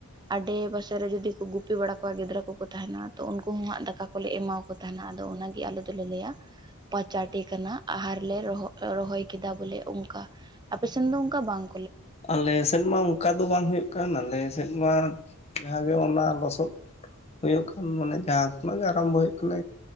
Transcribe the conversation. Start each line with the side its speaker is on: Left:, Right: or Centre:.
Right: ᱟᱰᱮ ᱯᱟᱥᱮ ᱨᱮ ᱡᱩᱫᱤ ᱠᱚ ᱜᱩᱯᱤ ᱵᱟᱲᱟ ᱠᱚᱣᱟ ᱜᱤᱫᱽᱨᱟᱹ ᱠᱚ ᱛᱟᱦᱮᱱᱟ ᱛᱚ ᱩᱱᱠᱩ ᱦᱚᱸᱟᱸᱜ ᱫᱟᱠᱟ ᱠᱚᱼᱼ ᱠᱚᱞᱮ ᱮᱢᱟ ᱠᱚ ᱛᱟᱦᱮᱱᱟ ᱟᱫᱚ ᱚᱱᱟᱜᱮ ᱟᱞᱮ ᱫᱚᱞᱮ ᱞᱟᱹᱭᱟ ᱯᱟᱪᱟᱰᱮ ᱠᱟᱱᱟᱱᱟᱜᱼᱼ ᱟᱦᱟᱨ ᱞᱮ ᱨᱚᱦ ᱨᱚᱦᱚᱭ ᱠᱮᱫᱟ ᱵᱚᱞᱮ ᱚᱱᱠᱟ ᱟᱯᱮᱥᱱ ᱫᱚ ᱚᱱᱠᱟ ᱵᱟᱝᱼᱼ
Left: ᱟᱞᱮ ᱥᱮᱫ ᱢᱟ ᱚᱱᱠᱟ ᱫᱚ ᱵᱟᱝ ᱦᱩᱭᱩᱜ ᱠᱟᱱ ᱟᱞᱮ ᱥᱮᱫ ᱢᱟ ᱡᱟᱦᱟᱸᱜᱮ ᱚᱱᱟ ᱞᱚᱥᱚᱫᱼᱼ ᱦᱩᱭᱩᱜ ᱠᱟᱱ ᱢᱟᱱᱮ ᱡᱟᱦᱟᱸ ᱠᱷᱚᱱᱟᱜ ᱜᱮ ᱟᱨᱟᱢᱵᱷᱚ ᱦᱩᱭᱩᱜ ᱠᱟᱱᱟ